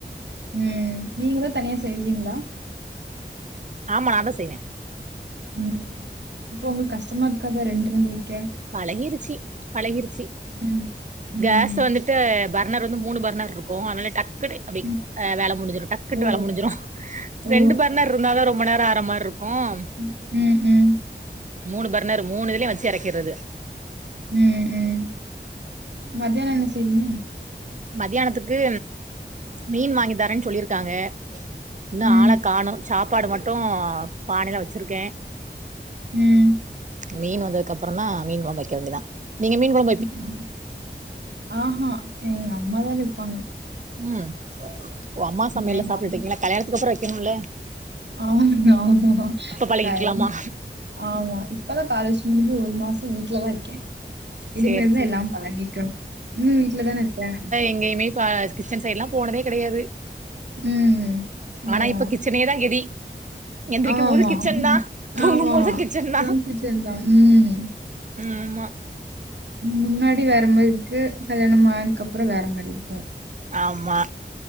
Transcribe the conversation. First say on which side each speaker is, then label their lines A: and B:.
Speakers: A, on the right; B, on the right.
A: உம் நீங்க தா தனியா செய்வீங்ளா
B: ஆமா நா தா செய்வே
A: உம் அப்போ ஒங்களுக்கு கஷ்டமா இருக்காத ரெண்டு ரெண்டு வெய்க்க
B: பழகிருச்சி பழகிருச்சி
A: ம். ம்.
B: கேஸ் வந்துட் ட்டு பர்னர் வந்து மூணு பர்னர் இருக்கோ அனால டக்குனு அப்டி
A: ம்.
B: வேல முடிஞ்சிரோ டக்குட்டு
A: ஓ!
B: வேல முடிஞ்சிரோ
A: ஓ!
B: ரெண்டு பர்னர் இருந்தா ரொம் ரொம்ப நேரோ ஆர்ற மார்ருக்கோம்
A: உம் உம்
B: மூணு பர்னர் மூணுதுலயு வச்சி எறக்கிறது
A: உம் உம் மதியானோ என்ன செய்வீங்க
B: மதியானத்துக்கு மீன் வாங்கி தாரேன் சொல்லியிருக்காங்க இன்னோ
A: ம்,
B: ஆள காணோ சாப்பாடு மட்டும் பானைல வச்சிருக்கே
A: உம்
B: மீன் வந்ததுக்கப்பறோம் தா மீன் கொழம்பு வைக்க வேண்டியதா நீங்க மீன் கொழம்
A: உம் ஆஹா எங்க அம்மா தா வெப்பாங்க
B: உம் ஓ அம்மா சமையல்ல
A: எங்க
B: சாப்ட்டுட
A: அம்மா
B: இருக்கீங்களா கல்யாணத்துக்கு அப்பறோ வெக்கணும்ல
A: ஆம் ஆமா
B: பழகிக்கலாமா
A: கல் ஆம்மா இப்பதா காலேஜ் முடிஞ்சி ஒரு மாசோ வீட்லதா இருக்கே இதுமேல்தா
B: சேரி சேரி
A: எல்லா பழகிக்கணும் உம் வீட்ல தானருப்ப
B: எங்கயுமே ப கிச்சன் சைட்லாம் போனதே கெடையாது
A: ம்.
B: ஆனா
A: ஆமா.
B: இப்ப கிச் சனேதா கெதி எந்திரிக்கும்
A: ஆமாமா.
B: போது கிச்சன் தா தூங்கும்
A: ஆமா.
B: போது கிச்சன் தா
A: ஜங்க் ஃபுட்ஸ் இருந்தா ம்.
B: ஆமா
A: முன்னாடி வேற மாரி இருக்கு கல்யாணம் ஆயினுக்கு அப்பறோ வேற மாரி இருக்கு
B: ஆமா